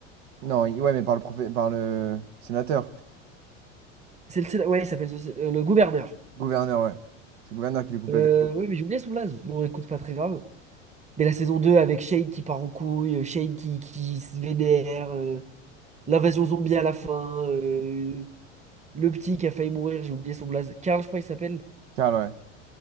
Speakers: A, on the right; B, on the right.
A: Non, il- ouais, mais par le, profé- par le sénateur,
B: C'est le, scén- ouais, il s'appelle ce- euh, le gouverneur.
A: gouverneur, ouais. C'est le gouverneur qui lui coupe
B: Euh,
A: la tête.
B: oui, mais j'ai oublié Soublaz. Bon, écoute, pas très grave. Mais la saison 2 avec Shade qui part en couille, euh, Shade qui, qui se vénère, euh, l'invasion zombie à la fin, euh, le petit qui a failli mourir, j'ai oublié son blaze. Karl, je crois qu'il s'appelle.
A: Karl, ouais.